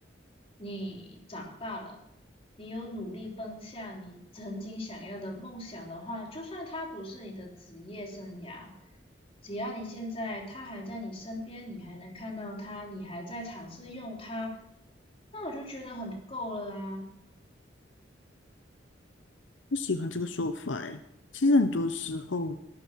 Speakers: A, on the left; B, on the left.
A: 你长大了，你有努力奔向你曾经想要的梦想的话，就算它不是你的职业生涯，只要你现在它还在你身边，你还能看到它，你还在尝试用它，那我就觉得很够了啊。
B: 不喜欢这个说法欸。其实很多时候，